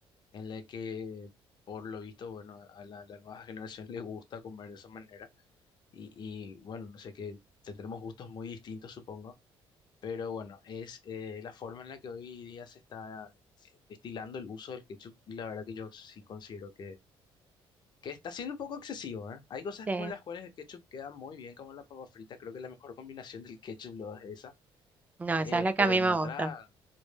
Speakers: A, on the left; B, on the right.
A: en la que, por lo visto, bueno, a la, la nueva generación le gusta comer de esa manera. Y, y, bueno, no sé que tendremos gustos muy distintos, supongo. Pero bueno, es eh, la forma en la que hoy día se está eh, estilando el uso del ketchup y la verdad que yo sí considero que, que está siendo un poco excesivo, ¿eh? Hay cosas
B: Sí,
A: con las cuales el ketchup queda muy bien, como la papa frita. Creo que la mejor combinación del ketchup lo es esa
B: no, esa
A: eh,
B: es la que
A: pero
B: a mí
A: en
B: me
A: otra,
B: gusta.